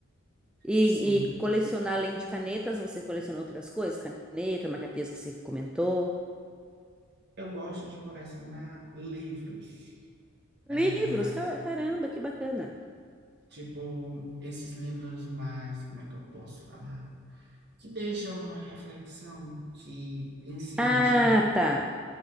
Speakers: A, in the centre; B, on the right.
A: E,
B: Sim.
A: e colecionar além de canetas, você coleciona outras coisas? Caneta, marca-texto que você comentou.
B: Eu gosto de colecionar livros. É,
A: Livros,
B: mas,
A: ca- caramba, que bacana.
B: tipo, esses livros mais, como é que eu posso falar? Que deixam uma reflexão, que ensina
A: Ah,
B: a gente.
A: tá.